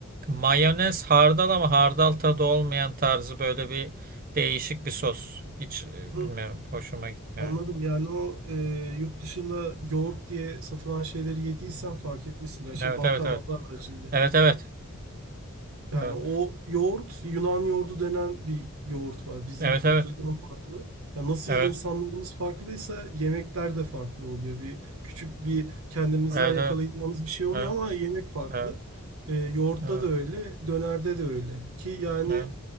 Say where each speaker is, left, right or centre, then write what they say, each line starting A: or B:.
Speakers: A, on the right; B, on the right.
A: mayonez hardal ama hardal tadı olmayan tarzı böyle bir değişik bir sos. Hiç e,
B: Hı.
A: bilmiyorum. Hoşuma gitmiyor.
B: Anladım. Yani o e, yurt dışında yoğurt diye satılan şeyleri yediysen
A: Hmm.
B: fark etmişsin. Yani şey
A: Evet
B: Balkanlar
A: evet evet.
B: haricinde.
A: Evet evet.
B: Yani
A: Evet.
B: o yoğurt Yunan yoğurdu denen bir yoğurt var. Bizim
A: Evet
B: kültürden
A: evet.
B: farklı. Ya nasıl
A: Evet.
B: insanlarımız farklıysa yemekler de farklı oluyor. Bir küçük bir kendimizden
A: Evet
B: yakalayacağımız
A: evet.
B: bir şey oluyor
A: Evet.
B: ama yemek farklı.
A: Evet.
B: Ee, yoğurtta
A: Evet.
B: da öyle, dönerde de öyle. Ki yani
A: Evet.